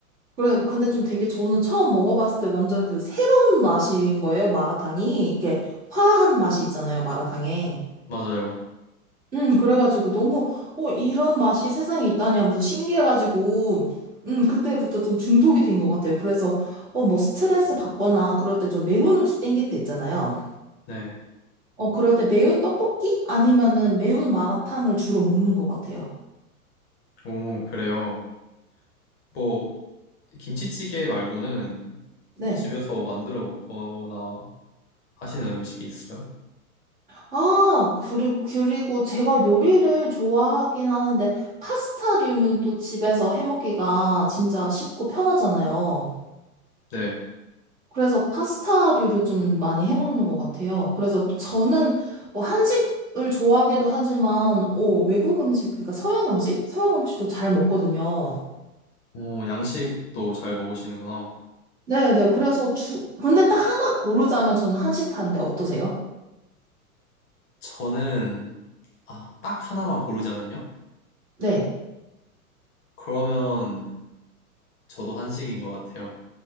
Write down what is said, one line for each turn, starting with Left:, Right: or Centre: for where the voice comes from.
Right: 그래, 근데 좀 되게 저는 처음 먹어봤을 때 완전 그 새로운 맛인 거예요, 마라탕이. 이렇게 화한 맛이 있잖아요, 마라탕에.
Left: 맞아요.
Right: 음, 그래가지고 너무, 어, 이런 맛이 세상에 있다니 하면서 신기해가지고, 음, 그때부터 좀 중독이 된 것 같아요. 그래서, 어, 뭐 스트레스 받거나 그럴 때 좀 매운 음식 땡길 때 있잖아요.
Left: 네.
Right: 어, 그럴 때 매운 떡볶이? 아니면은 매운 마라탕을 주로 먹는 것 같아요.
Left: 오, 그래요. 뭐, 김치찌개 말고는
Right: 네.
Left: 집에서 만들어 먹거나 하시는 음식이 있어요?
Right: 아, 그리고, 그리고 제가 요리를 좋아하긴 하는데, 파스타류는 또 집에서 해 먹기가 진짜 쉽고 편하잖아요.
Left: 네.
Right: 그래서 파스타류를 좀 많이 해 먹는 것 같아요. 그래서 또 저는 뭐 한식을 좋아하기도 하지만 어, 외국 음식, 그러니까 서양 음식? 서양 음식도 잘 먹거든요.
Left: 오, 양식도 잘 먹으시는구나.
Right: 네네. 그래서 주, 근데 딱 하나 고르자면 저는 한식파인데 어떠세요?
Left: 저는 아, 딱 하나만 고르자면요?
Right: 네.
Left: 그러면 저도 한식인 것 같아요.